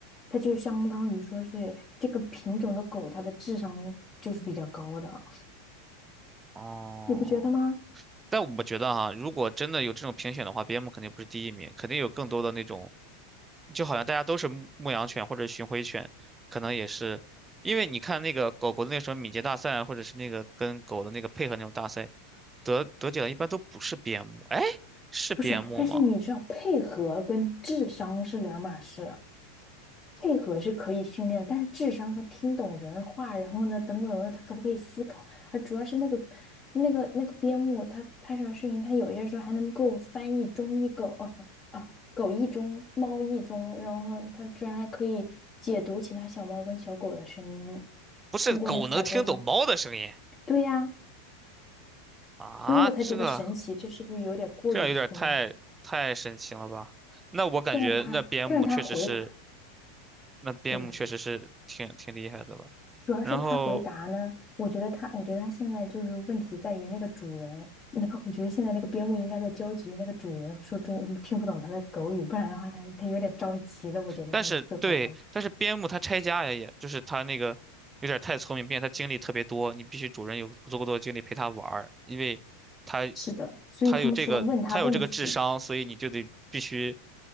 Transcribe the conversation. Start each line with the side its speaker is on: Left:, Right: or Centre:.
Left: 它就相当于说是这个品种的狗，它的智商就是比较高的，
Right: 哦，
Left: 你不觉得吗？
Right: 但我觉得哈、如果真的有这种评选的话，边牧肯定不是第一名，肯定有更多的那种，就好像大家都是牧牧羊犬或者巡回犬，可能也是，因为你看那个狗狗的那时什么敏捷大赛啊或者是那个跟狗的那个配合那种大赛，得得奖的一般都不是边牧，哎，是边牧吗？
Left: 不是，但是你知道配合跟智商是两码事啊。配合是可以训练的，但是智商和听懂人话，然后呢，等等的，他可不可以思考？啊，主要是那个那个那个边牧，它拍出来视频，它有一些时候还能够翻译中译狗，哦不啊，狗译中，猫译中，然后它居然还可以解读其他小猫跟小狗的声音，
Right: 不是狗能听懂猫的声音
Left: 通过那个海龟汤。对呀，
Right: 啊？
Left: 所以我才觉得神奇，
Right: 这
Left: 这是不是有点过于聪明？
Right: 这样有点太太神奇了吧？那我感觉那边牧确实是，
Left: 但是他，但是他回答，
Right: 那边牧确实是挺挺厉害的了。
Left: 对吧？主要是他回答呢，
Right: 然后，
Left: 我觉得他，我觉得他现在就是问题在于那个主人，那个我觉得现在那个边牧应该在焦急于那个主人说中文，听不懂他的狗语，不然的话他他有点着急了。我觉得他每次回答我
Right: 但是对，但是边牧它拆家呀，也就是它那个有点太聪明，并且它精力特别多，你必须主人有足够多的精力陪它玩儿，因为它
Left: 是的，所以他们说问他问题，
Right: 它有这个它有这个智商，所以你就得必须